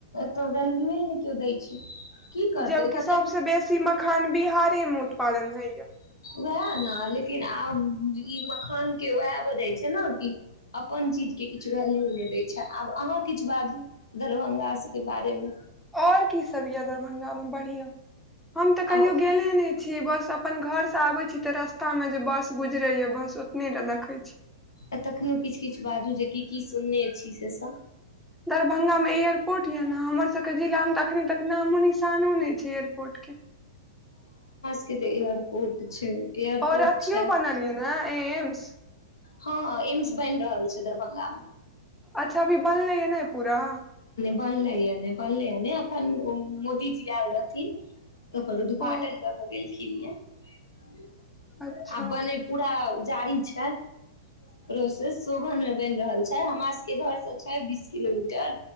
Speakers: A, on the left (about 70°); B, in the centre.
A: तऽ व्यूए ने किओ दै छै। की करतै
B: जबकि
A: एतय
B: सबस बेसी मखान बिहारे मे। उत्पादन होइया
A: वएह। ने लेकिन आब ई मखान के उएह भ जाइ छै ने कि अपन चीज के किछु वैल्यू नहि दय छै आब अहाँ किछु बाजू दरभंगा सब के बारे मे।
B: और की सब या दरभ अंगा मे बढ़ियाँ। हम ते कहियो
A: आब
B: गेले ने छी बस अपन घर से आबै छी तऽ रस्ता मे जे बस गुजरै या बस ओतनेटा देखै छी।
A: अ तखनौ किछ-किछ बाजू जे की-की सुनने छी से सब।
B: दरभंगा मे एयरपोर्ट। हमर सब जिला त अखनि तक नामो निशानो नहि छै एयरपोर्टके।
A: क तऽ एयरपोर्ट छै। एयरपोर्ट
B: और अथियो बनलयै ने। एम्स।
A: हाँ एम्स बैन रहल छै दरभंगा मे।
B: अच्छा अभी बनलै या ने पूरा।
A: बनलै या नै बनलै या नै अ ओ मोदीजी आएल रहथिन। ओकर उद्घाटन
B: ओ
A: दखे गेलखिन या। <unintelligible>
B: अच्छा
A: आब बने पूरा जारी छै प्रोसेस, शोभन मे बैन रहल छै, हमरा स के घर से छै बीस किलोमीटर।